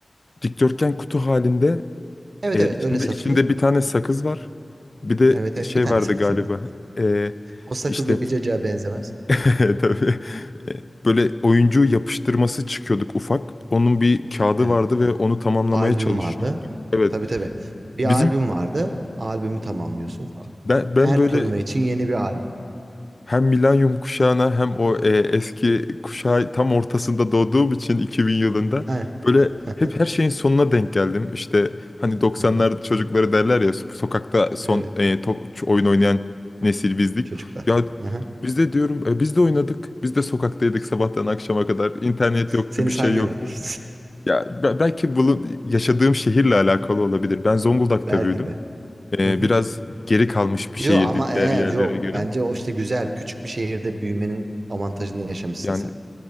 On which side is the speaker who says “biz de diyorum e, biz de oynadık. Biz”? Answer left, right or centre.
Left